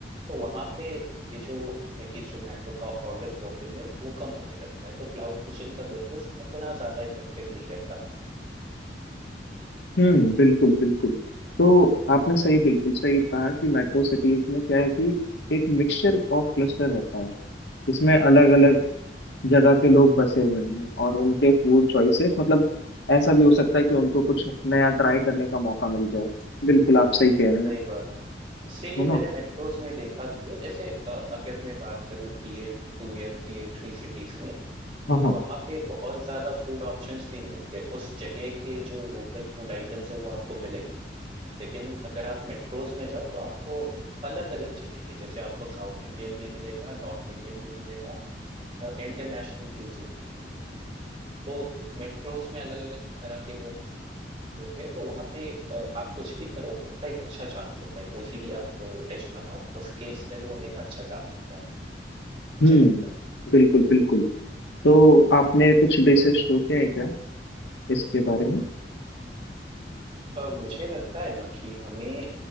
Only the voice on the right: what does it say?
तो वहाँ पे ये जो स्विगी जोमेटो का ऑर्डर वॉल्यूम है वो कम होने लगता है तो क्लाउड किचन का बिजनेस उतना ज्यादा इफेक्टिव नहीं रहता
हम्म हम्म, हम्म,
बिल्कुल
हाँ
सही
बात इसीलिए
मैंने मेट्रोज में देखा भी है जैसे अ, अगर मैं बात करूँ टीयर टू या टीयर थ्री सिटीज में
तो
वहाँ पे बहुत ज्यादा फूड ऑप्शंस नहीं मिलते उस जगह के जो लोकल फूड आइटम्स है वो आपको मिलेंगे लेकिन अगर आप मेट्रोज में जाओ तो आपको अलग अलग जगह के जैसे आपको साउथ इंडियन भी मिलेगा नॉर्थ इंडियन भी मिलेगा इंटरनेशनल क्यूजिन भी मिलेंगी तो मेट्रोज में अलग अलग तरह के कनेक्ट होते हैं तो वहां पे अ, आप कुछ भी करो उसका एक अच्छा चांस होता है कोई सी भी आप डिश बनाओ उसके सेल होने का अच्छा चांस होता है मुझे
लगता
है अ, मुझे लगता है ना कि हमें अ,